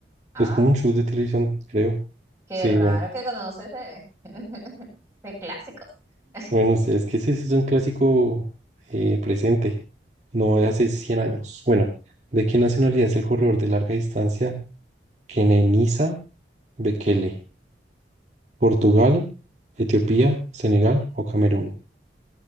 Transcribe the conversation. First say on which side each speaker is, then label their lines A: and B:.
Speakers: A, on the right (about 15°); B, on the right (about 40°).
A: Ah,
B: Es como un show de televisión, creo.
A: qué
B: Sí,
A: raro
B: bueno.
A: que conoces de, <laughs> de clásicos. <laughs>
B: Bueno, sí, es que ese es un clásico eh, presente, no de hace 100 años. Bueno, ¿de qué nacionalidad es el corredor de larga distancia Kenenisa Bekele? ¿Portugal, Etiopía, Senegal o Camerún?